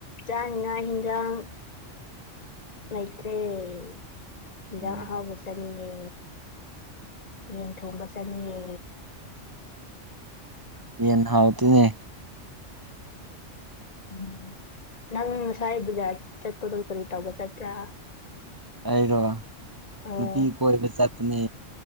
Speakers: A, on the left; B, on the right.
A: ꯆꯥꯅꯤꯅ ꯍꯟꯖꯥꯡ ꯑꯥꯏꯇ꯭ꯔꯦꯖ
B: ꯎꯝ
A: ꯍꯕ ꯆꯅꯤꯉꯦ ꯌꯦꯟ ꯊꯣꯡꯕ ꯆꯪꯉꯦ
B: ꯌꯦꯟ ꯍꯥꯎꯇꯅꯦ
A: ꯎ ꯅꯪ ꯉꯁꯥꯏ ꯕꯖꯥꯔ ꯆꯠꯄꯗꯣ ꯀꯔꯤ ꯇꯧꯕ ꯆꯠꯄ꯭ꯔꯥ
B: ꯑꯩꯔꯣ
A: ꯑꯣ
B: ꯅꯨꯄꯤ ꯀꯣꯏꯕ ꯆꯠꯄꯅꯦ